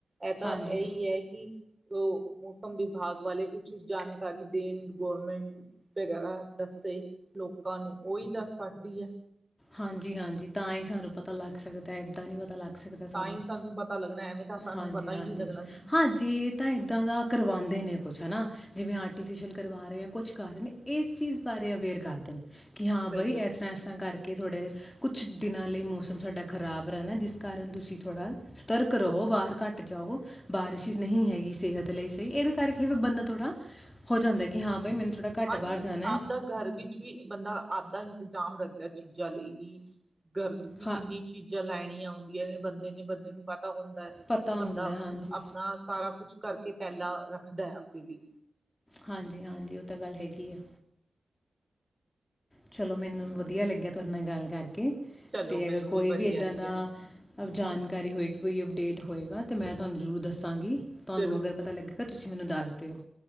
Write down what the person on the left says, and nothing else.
ਹਾਂਜੀ।
ਹਾਂਜੀ ਹਾਂਜੀ ਤਾਂ ਹੀ ਸਾਨੂੰ ਪਤਾ ਲੱਗ ਸਕਦਾ ਏਦਾਂ ਨਈਂ ਪਤਾ ਲੱਗ ਸਾਨੂੰ
ਹਾਂਜੀ,
ਹਾਂਜੀ,
ਹਾਂਜੀ।
ਹਾਂ ਜੇ ਤਾਂ ਏਦਾਂ ਦਾ ਕਰਵਾਂਦੇ ਨੇ ਕੁਛ ਹਭ੍ਹਨਾ ਜਿਵੇਂ ਆਰਟੀਫਿਸ਼ਲ ਕਰਵਾ ਰਹੇ ਆ ਕੁਛ ਕਰ ਰਹੇ ਨੇ ਇਸ ਚੀਜ਼ ਬਾਰੇ ਅਵੇਅਰ ਕਰ ਦੇਣ ਕਿ ਹਾਂ ਬਈ
ਇਸ ਅਰ੍ਹਾਂ, ਇਸ ਅਰ੍ਹਾਂ ਕਰਕੇ ਥੋੜੇ ਕੁਛ ਦਿਨਾਂ ਲਈ ਮੌਸਮ ਸਾਡਾ ਖ਼ਰਾਬ ਰਹਿਣਾ ਜਿਸ ਕਾਰਨ ਤੁਸੀਂ ਥੋੜਾ ਸਤਰਕ ਰਹੋ, ਬਾਹਰ ਘੱਟ ਜਾਓ, ਬਾਰਿਸ਼ ਨਹੀਂ ਹੈਗੀ ਸਿਹਤ ਲਈ ਸਹੀ। ਇਹਦੇ ਕਰਕੇ ਬੰਦਾ ਥੋੜਾ ਹੋ ਜਾਂਦਾ ਕਿ ਹਾਂ ਬਾਈ ਮੈਨੂੰ ਥੋੜ੍ਹਾ ਘੱਟ
ਬਾਹਰ ਜਾਣਾ ਹੈ।
ਹਾਂ,
ਪਤਾ
ਹੁੰਦਾ, ਹੈ। ਹਾਂਜੀ।
ਹਾਂਜੀ-ਹਾਂਜੀ ਉਹ ਤਾਂ ਗੱਲ ਹੈਗੀ ਏ ਚਲੋ ਮੈਨੂੰ ਵਧੀਆ ਲੱਗਿਆ ਤੁਹਾਡੇ ਨਾਲ ਗੱਲ ਕਰਕੇ
ਤੇ ਅਗਰ
ਕੋਈ
ਵੀ ਇਏਦਾਂ
ਦਾ ਜਾਣਕਾਰੀ ਹੋਏਗੀ ਕੋਈ ਅਪਡੇਟ ਹੋਏਗਾ ਤੇ ਮੈਂ ਤੁਹਾਨੂੰ ਜ਼ਰੂਰ ਦੱਸ ਦੱਸਾਂਗੀ ਤੁਹਾਨੂੰ
ਅਗਰ ਪਤਾ ਲੱਗੇਗਾ ਤੁਸੀਂ ਮੈਨੂੰ ਦੱਸ ਦਿਓ।